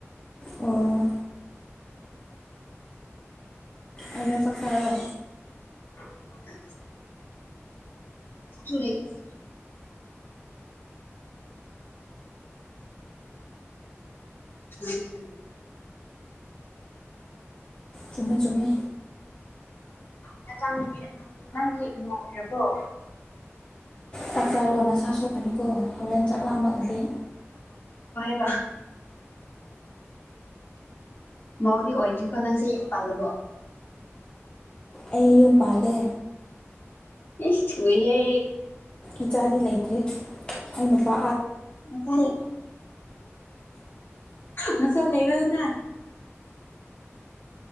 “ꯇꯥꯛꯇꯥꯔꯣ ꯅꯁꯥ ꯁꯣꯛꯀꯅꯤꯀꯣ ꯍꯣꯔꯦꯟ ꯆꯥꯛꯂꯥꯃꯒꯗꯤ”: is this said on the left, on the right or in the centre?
Left